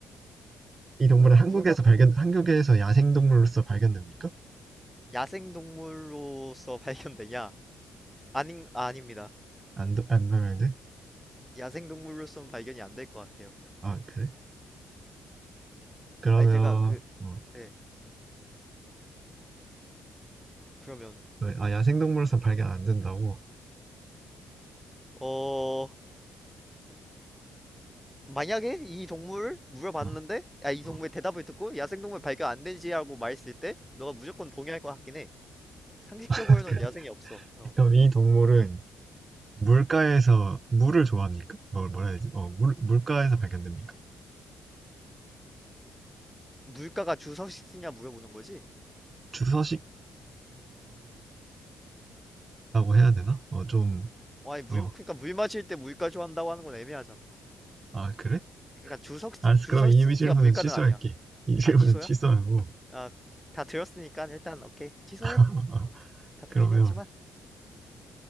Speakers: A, on the right; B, in the centre.
A: 이
B: 뭐
A: 동물은 한국에서
B: 더 물어봐.
A: 발견 한국에서 야생 동물로서 발견됩니까?
B: 야생동물로서 <laughs> 발견되냐? 아닌 아, 닙니다
A: 어안안 발견돼?
B: 야생동물로서는 발견이 안될 것 같아요.
A: 아 그래? 그러면
B: 아니 제가 그
A: 어,
B: 예. 그러면
A: 그- 아 야생동물로서 발견 안 된다고?
B: 어 만약에 이 동물을 물어봤는데
A: 어,
B: 야, 이 동물의
A: 어.
B: 대답을 듣고 야생동물 발견 안 되지라고 말했을 때 너가 무조건 동의할 것 같긴 해. 상식적으로는
A: <laughs> 그래.
B: 야생이 없어. 어.
A: 그럼 이 동물은 물가에서 물을 좋아합니까? 뭘 뭐라 해야 되지? 어, 물 물가에서 발견됩니까?
B: 물가가 주서식지냐 물어보는 거지?
A: 주서식지라고 해야 되나? 어, 좀
B: 아니 물
A: 어,
B: 그러니까 물 마실 때 물가 좋아한다고 하는 건 애매하잖아.
A: 아 그래?
B: 그러니까 주석
A: 알았어.
B: 주석
A: 그럼 이
B: 씨가
A: 질문은
B: 물가는
A: 취소할게.
B: 아니야.
A: 이 질문은
B: 아 취소야?
A: 취소하고.
B: 아 다 들었으니까 일단 오케이 취소해.
A: 어, 어.
B: 어, 다 듣긴
A: 그러면
B: 했지만 음.